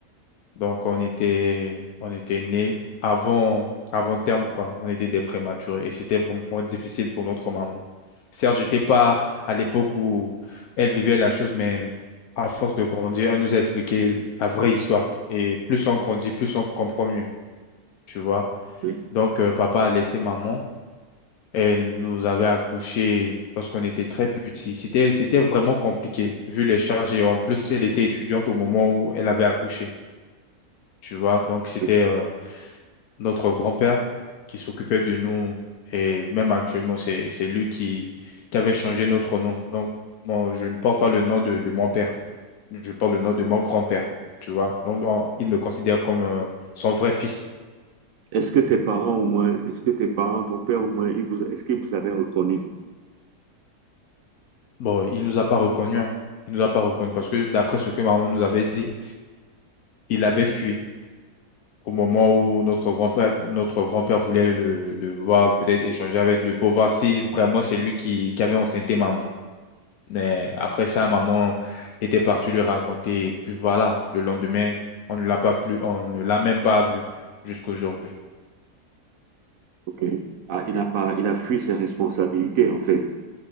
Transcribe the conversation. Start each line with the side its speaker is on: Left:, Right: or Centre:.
Left: Donc, on était, on était nés avant, avant terme, quoi. On était des prématurés. Et c'était vraiment difficile pour notre maman. Certes, j'étais pas à l'époque où elle vivait la chose, mais à force de grandir, elle nous a expliqué la vraie histoire. Et plus on grandit, plus on comprend mieux, tu vois.
Right: et-
Left: Donc, euh, papa a laissé maman. Elle nous avait accouchés lorsqu'on était très petits. C'était, c'était vraiment compliqué, vu les charges. Et en plus, elle était étudiante au moment où elle avait accouché, tu vois. Donc, c'était
Right: et-
Left: euh, notre grand-père qui s'occupait de nous. Et même actuellement, c'est, c'est lui qui, qui avait changé notre nom. Donc, bon, je ne porte pas le nom de, de mon père. Je porte le nom de mon grand-père, tu vois. Donc, on- il me considère comme euh, son vrai fils.
Right: Est-ce que tes parents au moins, est-ce que tes parents, ton père au moins, il vous, est-ce qu'il vous avait reconnu?
Left: Bon, il nous a pas reconnus. hein. Il nous a pas reconnus parce que d'après ce que maman nous avait dit, il avait fui. au moment où notre grand-père notre grand-père voulait le, le voir peut-être échanger avec lui pour voir si vraiment c'est lui qui, qui avait enceinté maman. Mais après ça, maman était partie lui raconter. Et puis voilà, le lendemain, on ne l'a pas plus, on ne l'a même pas vu jusqu'aujourd'hui.
Right: OK. Ah, il n'a pas, il a fui ses responsabilités en fait.